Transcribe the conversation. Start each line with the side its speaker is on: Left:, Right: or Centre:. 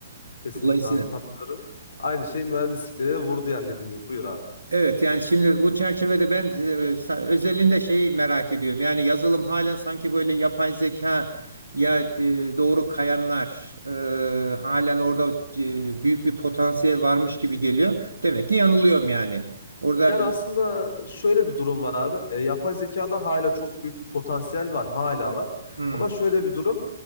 Left: Kesinlikle
Right: Dolayısıyla
Left: abi katılıyorum. Aynı şey mühendislikte de vurdu yani dediğin gibi. Buyur abi.
Right: Evet yani şimdi bu çerçevede ben e, sa- özelinde şeyi merak ediyorum. Yani yazılım halen sanki böyle yapay zeka ya e, doğru kayanlar e, halen
Left: Hı.
Right: orada e, büyük bir potansiyel varmış gibi geliyor. Demek ki yanılıyorum yani. Orada
Left: Yani aslında şöyle bir durum var abi. E, yapay zekada hala çok büyük bir potansiyel var, hala var.
Right: Hmm,
Left: Ama şöyle bir durum.